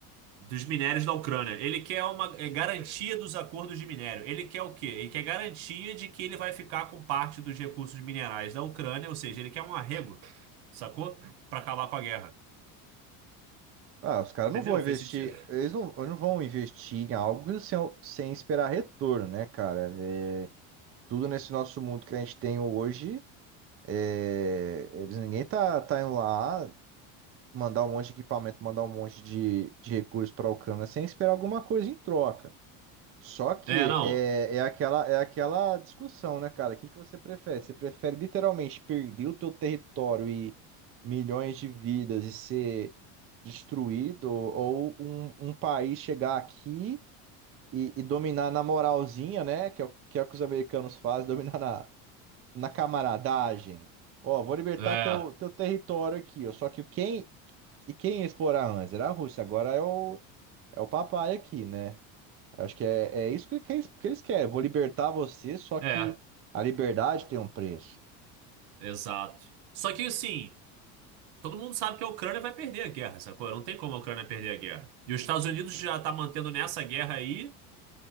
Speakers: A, on the right; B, on the right.
A: dos minérios da Ucrânia. Ele quer uma é, garantia dos acordos de minério. Ele quer o quê? Ele quer garantia de que ele vai ficar com parte dos recursos minerais da Ucrânia, ou seja, ele quer um arrego, sacou? Para acabar com a guerra.
B: Ah, os caras
A: Entendeu?
B: não vão investir,
A: Fez sentido?
B: eles não, eles não vão investir em algo sem, sem esperar retorno, né, cara? É, tudo nesse nosso mundo que a gente tem hoje, é, eles, ninguém tá, tá indo lá mandar um monte de equipamento, mandar um monte de, de recursos pra Ucrânia sem esperar alguma coisa em troca. Só que
A: É, não.
B: é, é aquela, é aquela discussão, né, cara? O que que você prefere? Você prefere literalmente perder o teu território e milhões de vidas e ser destruído, ou um, um país chegar aqui e, e dominar na moralzinha, né? Que é, o- que é o que os americanos fazem, <laughs> dominar na, na camaradagem. Ó, vou libertar
A: É.
B: teu, teu território aqui, ó. Só que quem, e quem ia explorar antes? Era a Rússia, agora é o, é o papai aqui, né? Eu acho que é, é isso que, que eles, que eles querem. Vou libertar você, só
A: É,
B: que a liberdade tem um preço.
A: exato. Só que assim, todo mundo sabe que a Ucrânia vai perder a guerra, sacou? Não tem como a Ucrânia perder a guerra. E os Estados Unidos já tá mantendo nessa guerra aí.